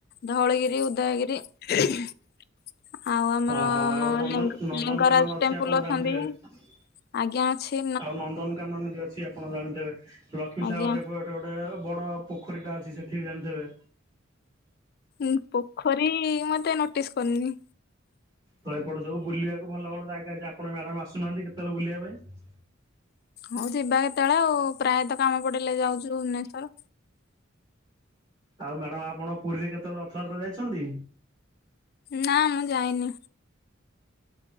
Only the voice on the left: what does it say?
ଧଉଳଗିରି ଉଦୟଗିରି। <unintelligible> ଆଉ ଆମର
ଲିଙ୍ଗରାଜ
ଟେମ୍ପଲ
ଅଛନ୍ତି
ଆଜ୍ଞା ଅଛି
ଆଜ୍ଞା।
ଉଁ, ପୋଖରୀ ମୁଁ ଏତେ ନୋଟିସ କରିନି।
ହଉ ଯିବା କେତେବେଳେ ଆଉ ।ପ୍ରାୟତଃ, କାମ ପଡିଲେ, ଯାଉଛୁ ଭୁବନେଶ୍ଵର।
ନା ମୁଁ ଯାଇନି